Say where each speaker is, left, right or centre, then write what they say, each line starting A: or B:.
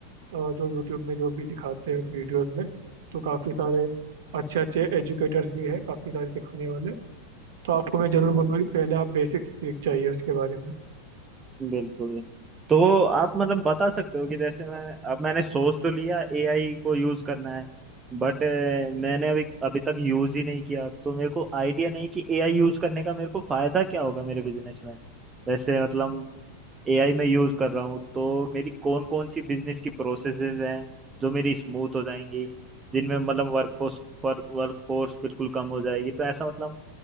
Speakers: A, on the right; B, on the right.
A: जो यूट्यूब में जो भी दिखाते हैं वीडियोस में तो काफ़ी सारे अच्छे अच्छे एजुकेटर्स भी हैं काफ़ी सारे सिखाने वाले तो आपको मैं ज़रूर बोलूँगा कि पहले आप बेसिक्स सीख जाइए उसके बारे में
B: बिल्कुल तो आप मतलब बता सकते हो कि जैसे मैं अब मैंने सोच तो लिया एआई को यूज करना है बट मैंने अभी अभी तक यूज ही नहीं किया तो मेरे को आइडिया नहीं कि एआई यूज करने का मेरे को फायदा क्या होगा मेरे बिजनेस में जैसे मतलब एआई में यूज कर रहा हूँ तो मेरी कौन कौन सी बिजनेस की प्रोसेसेस हैं जो मेरी स्मूथ हो जाएंगी जिनमें मतलब वर्कफोर्स पर वर्कफोर्स बिल्कुल कम हो जाएगी तो ऐसा मतलब